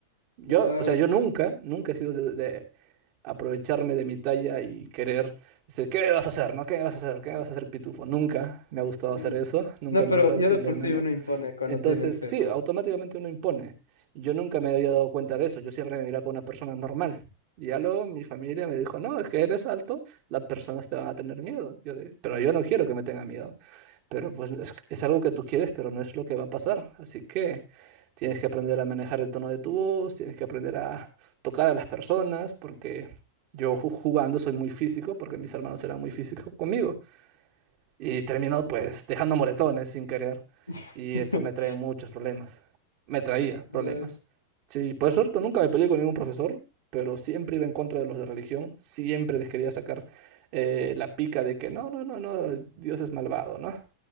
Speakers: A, on the right (about 40°); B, on the left (about 80°).
A: Yo,
B: bueno.
A: o sea, yo nunca, nunca he sido de, de aprovecharme de mi talla y querer decir, ¿qué me vas a hacer? ¿No? ¿Qué me vas a hacer? ¿Qué me vas a hacer, pitufo? Nunca me ha gustado
B: mm.
A: hacer eso. Nunca
B: No,
A: me
B: pero
A: ha gustado
B: ya
A: decirle,
B: de por sí
A: no, no.
B: uno impone cuando
A: Entonces,
B: tiene ese
A: sí,
B: tamaño.
A: automáticamente uno impone. Yo nunca me había dado cuenta de eso. Yo siempre me miraba como una persona normal. Y ya luego mi familia me dijo, no, es que eres alto, las personas te van a tener miedo. Yo de, pero yo no quiero que me tengan miedo. Pero pues es, es algo que tú quieres, pero no es lo que va a pasar. Así que tienes que aprender a manejar el tono de tu voz, tienes que aprender a tocar a las personas, porque yo ju- jugando soy muy físico, porque mis hermanos eran muy físicos conmigo y termino pues dejando moretones sin querer
B: <laughs>
A: y eso me trae muchos problemas. Me traía problemas.
B: Ay,
A: Sí, por suerte nunca me peleé con ningún profesor, pero siempre iba en contra de los de religión, siempre les quería sacar eh, la pica de que no, no, no, no, Dios es malvado, ¿no?